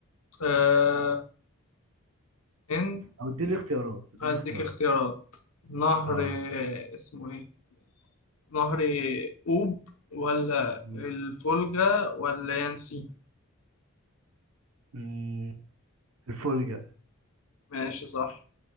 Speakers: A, on the left (about 75°); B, on the right (about 80°).
A: آه هند
B: او اديني اختيارات اديني
A: هديك
B: اختيارات
A: اختيارات نهر
B: اه
A: آه،
B: انا تمام
A: اسمه ايه؟ نهر أوب ولا
B: مم.
A: الفولجا ولا يانسي
B: مم. الفولجا
A: ماشي صح